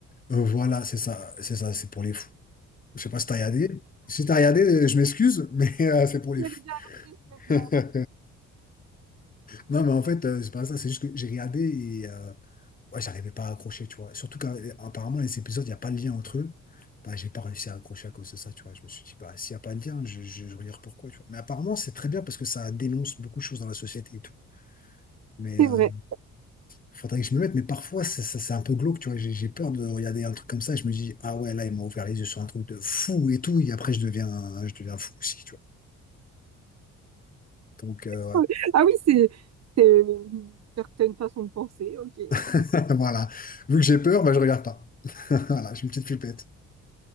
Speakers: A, on the left (about 30°); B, on the right (about 60°).
A: Euh, voilà, c'est ça, c'est ça, c'est pour les fous. Je sais pas si t'as regardé. Si t'as regardé, euh, je m'excuse, mais <laughs> euh, c'est pour les
B: Je vais
A: fous.
B: regarder,
A: <laughs>
B: je vais regarder.
A: Non, mais en fait, euh, c'est pas ça, c'est juste que j'ai regardé et euh, ouais, j'arrivais pas à accrocher, tu vois. Surtout qu'apparemment, les épisodes, il n'y a pas de lien entre eux. Bah, j'ai pas réussi à accrocher à cause de ça, tu vois. Je me suis dit, bah, s'il n'y a pas de lien, je, je, je regarde pourquoi, tu vois. Mais apparemment, c'est très bien parce que ça dénonce beaucoup de choses dans la société et tout. Mais
B: C'est
A: euh,
B: vrai.
A: Faudrait que je me mette, mais parfois, ça, ça- c'est un peu glauque, tu vois. J'ai j'ai peur de regarder un truc comme ça et je me dis, ah ouais, là, il m'a ouvert les yeux sur un truc de fou et tout. Et après, je deviens, je deviens fou aussi, tu vois. Donc, euh,
B: <laughs>
A: ouais.
B: Ah oui, c'est c'est une certaine façon de penser, ok.
A: <laughs>
B: <laughs>
A: Voilà. Vu que j'ai peur, bah, je regarde pas. <laughs> Voilà, j'ai une petite flippette.